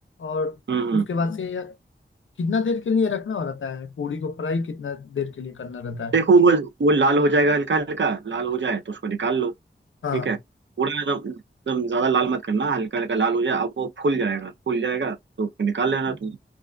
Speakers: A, on the left; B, on the right.
A: और
B: हम्म हम्म।
A: उसके बाद से यार कितना देर के लिए रखना रहता है पूरी को फ्राई कितना देर के लिए करना रहता है
B: देखो वो वो लाल हो जाएगा हल्का हल्का लाल हो जाए तो उसको निकाल लो
A: हाँ
B: ठीक है पूरा एकदम एकदम ज्यादा लाल मत करना हल्का हल्का लाल हो जाए अब वो फूल जाएगा फूल जाएगा तो उसको निकाल लेना तुम